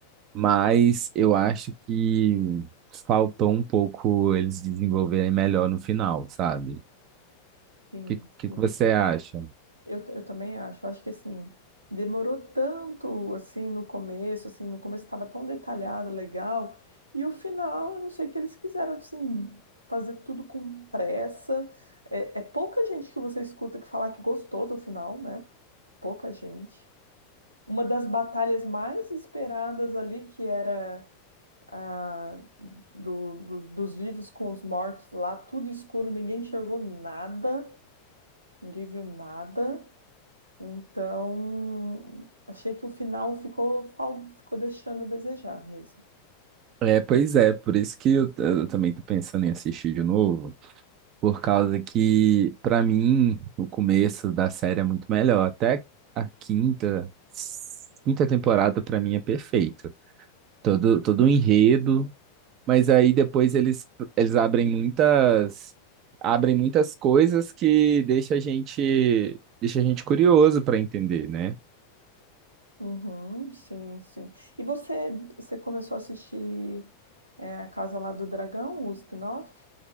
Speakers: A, on the right (about 35°); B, on the right (about 80°).
A: Mas eu acho que faltou um pouco eles desenvolverem melhor no final, sabe? O
B: Sim,
A: que, que
B: sim.
A: que você acha?
B: Eu, eu também acho. Eu acho que assim, demorou tanto assim no começo, assim, no começo estava tão detalhado, legal, e o final, eu não sei o que eles quiseram assim, fazer tudo com pressa. É, é pouca gente que você escuta que falar que gostou do final, né? Pouca gente. Uma das batalhas mais esperadas ali, que era a do, do- dos vivos com os mortos lá, tudo escuro, ninguém enxergou nada, ninguém viu nada. Então, achei que o final ficou, fal- ficou deixando a desejar mesmo.
A: É, pois é, por isso que eu, eu também tô pensando em assistir de novo, por causa que, pra mim, o começo da série é muito melhor. Até a quinta, quinta temporada, pra mim, é perfeito. Todo, todo o enredo, mas aí depois eles, eles abrem muitas, abrem muitas coisas que deixa a gente, deixa a gente curioso pra entender, né?
B: Uhum, sim, sim. E você, você começou a assistir é, a Casa lá do Dragão, o spin-off